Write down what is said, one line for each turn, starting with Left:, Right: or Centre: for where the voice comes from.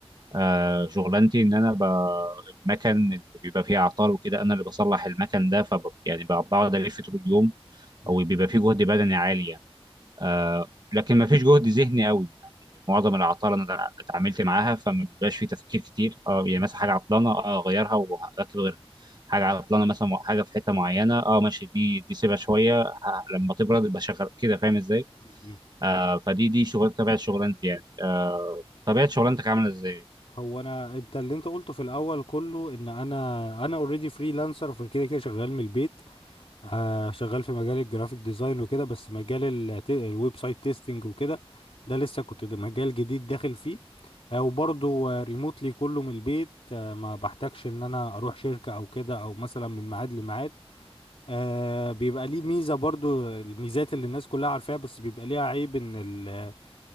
Right: آه، شغلانتي ان انا ب... المكن اللي بيبقى فيه اعطال وكده انا اللي بصلح المكن ده ف يعني ب- بقعد الف طول اليوم
Left: مم.
Right: او بيبقى فيه جهد بدني عالي يعني آه، لكن ما فيش جهد ذهني قوي يعني معظم العطال انا اتعاملت معاها فما بيبقاش فيه تفكير كتير اه يعني
Left: مم.
Right: مثلا حاجه عطلانه اه اغيرها واطلب غيرها حاجه عطلانه مثلا حاجه في حته معينه اه ماشي دي دي سيبها شويه ه- لما تبرد يبقى شغال كده فاهم ازاي
Left: مم.
Right: آه فدي دي شغل طبيعه شغلانتي يعني آه طبيعه شغلانتك عامله ازاي
Left: هو انا انت اللي انت قلته في الاول كله ان انا انا اوريدي فريلانسر فكده كده شغال من البيت آه شغال في مجال الجرافيك ديزاين وكده بس مجال ال- ت- الويب سايت تيستنج وكده ده لسه كنت ده مجال جديد داخل فيه آه وبرضه ريموتلي كله من البيت آه ما بحتاجش ان انا اروح شركة او كده او مثلا من ميعاد لميعاد آه بيبقى ليه ميزة برضو الميزات اللي الناس كلها عارفاها بس بيبقى ليها عيب ان ال